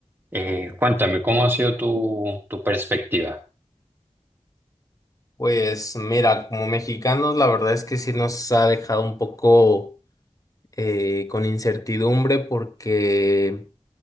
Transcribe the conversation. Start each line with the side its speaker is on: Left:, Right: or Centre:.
Right: Eh, cuéntame, ¿cómo ha sido tu, tu perspectiva?
Left: Pues mira, como mexicanos, la verdad es que sí nos ha dejado un poco eh, con incertidumbre porque